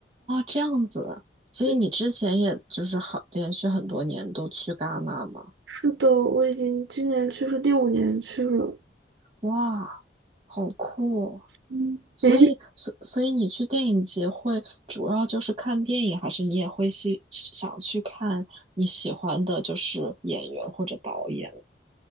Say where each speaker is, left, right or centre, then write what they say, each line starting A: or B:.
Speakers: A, on the right; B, on the right.
A: 这样子，所以你之前也就是好连续很多年都去戛纳嘛？
B: 嗯是的，我已经今年去是第五年去了。
A: 哇，好酷哦
B: 嗯，
A: 所以所所以你去电影节会主要就是看电影，
B: 诶，
A: 还是你也会去想去看你喜欢的就是演员或者导演？